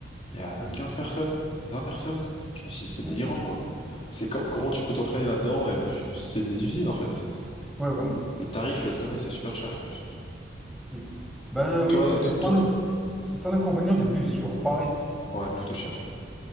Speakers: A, on the left; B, in the centre.
A: Il y a
B: ouais.
A: 15 personnes, 20 personnes. Je me suis dit, c'est
B: Ouh,
A: délirant, quoi. C'est co- comment
B: ouais,
A: tu peux t'entraîner là-dedans? Et je me suis- c'est des usines, en fait.
B: Ouais, voilà,
A: Et le tarif, laisse tomber, c'est super cher, en plus.
B: oui. Ben
A: Et
B: oui,
A: toi,
B: c'est
A: to-
B: ça,
A: toi,
B: l'in- c'est ça l'inconvénient de vivre sur Paris.
A: ouais, tout est cher.